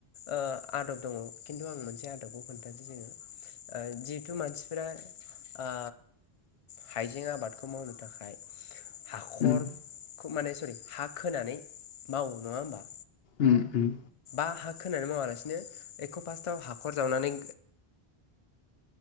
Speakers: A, on the left; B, on the left.
A: ओ आदब दङ खिन्थु आं मोनसे आदबखौ खोन्थासै जोङो ओ जिहेथु मानसिफ्रा ओ हाइजें आबादखौ मावनो थाखाय हाखरखौ
B: उम
A: माने सरि हा खोनानै मावो नङा होमबा?
B: उम उम।
A: दा हा खोनानै मावालासिनो एखौ‌ फार्स्टआव हाखर जावनानै